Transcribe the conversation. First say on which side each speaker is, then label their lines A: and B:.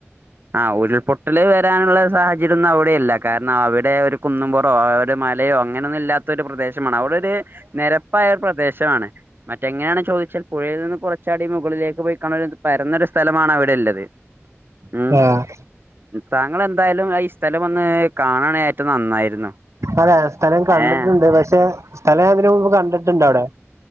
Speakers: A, on the right (about 45°); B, on the right (about 75°).
A: ആഹ ഉരുൾപൊട്ടൽ വരാനുള്ള സാഹചര്യന്നും അവിടെയില്ല കാരണം അവിടെ ഒരു കുന്നുംപുറം ഒരു മലയോ അങ്ങനെയൊന്നും ഇല്ലാത്ത ഒരു പ്രദേശമാണ് അവിടെ ഒരു നിരപ്പായ പ്രദേശമാണ് മറ്റെങ്ങനെയാണ് ചോ ച്ചാൽ പുഴയിൽ നിന്ന് കുറച്ചാടി മുകളിലേക്ക് പോയിക്ക പരുന്ന ഒരു സ്ഥലമാണ് അവിടെ ഉള്ളത്. ഉം
B: ആഹ
A: താങ്കൾ എന്തായാലും ഈ സ്ഥലം ഒന്ന് കാണണ ഏറ്റവും നന്നായിരുന്നു.
B: അതെ സ്ഥലം കണ്ടിട്ടുണ്ട്
A: ഏ
B: പക്ഷെ തല അതിനന് മുമ്പ് കണ്ടിട്ടുണ്ട് അവിടെ